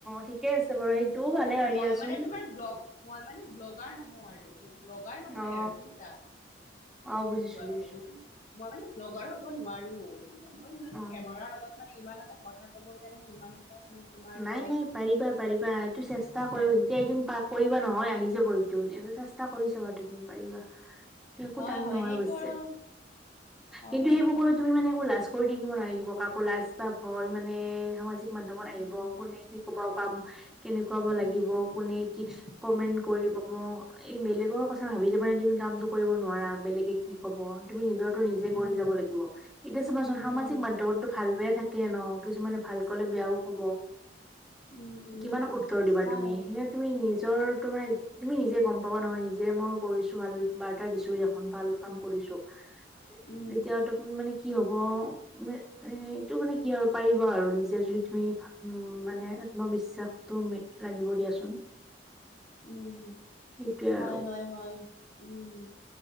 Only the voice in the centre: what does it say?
ঠিক ঠিকে আছে বাৰু সেইটোও ভালে হয়
দিয়াচোন
অ
অ
বুজিছো বুজিছো
অ
নাই
নাই পাৰিবা পাৰিবা এইটো
চেষ্টা
কৰিব
যেতিয়া এদিন পাক কৰিবা নহয় আহি যাব সেটো এনে চেষ্টা কৰি চাবা তুমি পাৰিবা একো
টান
নহয়
অৱশ্যে
কিন্তু
সেইবোৰ কৰি তুমি মানে একো লাজ কৰি থাকিব নালাগিব কাকো লাজ বা ভয় মানে সামাজিক মাধ্যমত
আহিব কোনে কি ক'ব পাম কেনেকুৱাব
লাগিব কোনে
কি কমেন্ট কৰিব ম এই বেলেগৰ কথা ভাবি তাৰ মানে তুমি কামটো কৰিব নোৱাৰা বেলেগে কি কব তুমি নিজৰটো নিজে
কৰি যাব লাগিব এতিয়া চমাচোন
সামাজিক মাধ্যমটো ভাল বেয়া থাক কে ন কিছুমানে ভাল কলে বেয়াও ক'ব
কিমানক উত্তৰ দিবা
তুমি সেইয়া তুমি নিজৰ তোৰ মানে তুমি নিজে গম পাবা নহয় নিজে মই কৰিছো ভাল বাৰ্তা দিছো এখন ভাল কাম কৰিছো
তেতিয়াও টো মানে কি হব এ এইটো মানে কি আৰু পাৰিবা আৰু নিজে যদি তুমি উম মানে আত্মবিশ্বাসটো লাগিব দিয়াচোন
সেইটোৱে
আৰু